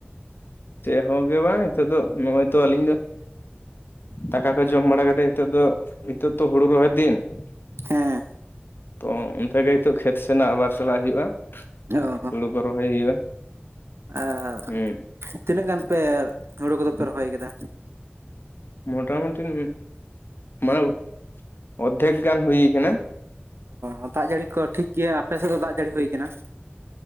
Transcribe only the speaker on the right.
ᱦᱮᱸ
ᱚ
ᱟᱨ
ᱛᱤᱱᱟᱹᱜ ᱜᱟᱱ ᱯᱮ ᱦᱩᱲᱩ ᱠᱚᱫᱚᱯᱮ ᱨᱚᱦᱚᱭ ᱟᱠᱫᱟ?
ᱚ ᱫᱟᱜ ᱡᱟᱹᱲᱤ ᱠᱚ ᱴᱷᱤᱠ ᱜᱮᱭᱟ, ᱟᱯᱮ ᱥᱮᱫ ᱫᱚ ᱫᱟᱜ ᱡᱟᱹᱲᱤ ᱦᱩᱭ ᱠᱟᱱᱟ? <inaudible>